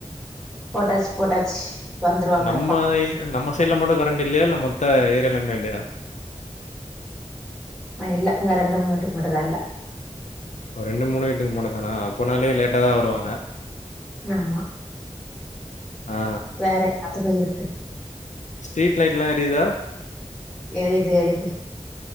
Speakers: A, in the centre; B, on the left (about 75°).
A: போட்டாச் போட்டாச் வந்துருவாங்க
B: நம்ம
A: இப்பா
B: நம்ம சைட்ல மட்டு கரண்ட் இல்லயா இல்ல மொத்த ஏரியாலமே இல்லயா
A: அ இல்ல இங்க ரெண்டு மண்நேரத்துக்கு மட்டுந்தா இல்ல
B: ஒரு ரெண்டு மூணு வீட்டுக்கு மட்டுந்தான அப்போனாலே லேட்டா தா வருவாங்க
A: ஆமா
B: ஆ
A: வேற எல்லாத்துக்கு இருக்கு
B: ஸ்ட்ரீட் லைட்லா எரியுதா
A: எரிது எரிது